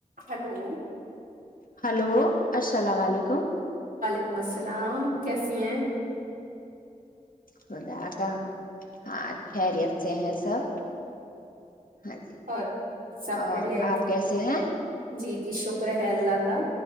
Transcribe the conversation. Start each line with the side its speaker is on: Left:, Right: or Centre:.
Right: Hello
Left: hello السلام علیکم
Right: ولیکم السلام کیسی ہیں
Left: خدا کا ہاں خیریت سے ہیں سب ہاں جی
Right: اور سب
Left: اور
Right: بڑھیاید
Left: آپ کیسے ہیں
Right: جی جی شکر ہے اللہ کا